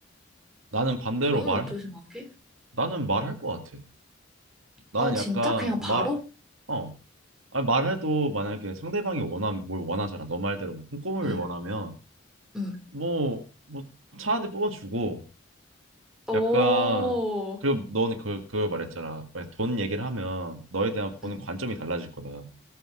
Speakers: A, on the right; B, in the centre.
A: 나는 반대로
B: 너는
A: 말,
B: 어떻게 생각해?
A: 나는 말할 것 같아. 나는
B: 아,
A: 약간
B: 진짜? 그냥
A: 말,
B: 바로?
A: 어, 아니, 말해도 만약에 상대방이 원함, 뭘 원하잖아. 너 말대로 뭐 꼼꼼을
B: 응,
A: 원하면
B: 응.
A: 뭐, 뭐차 한 대 뽑아주고
B: 오,
A: 약간 그리고 너는 그, 그걸 말했잖아. 만약에 돈 얘기를 하면 너에 대한 보는
B: 응,
A: 관점이 달라질 거다.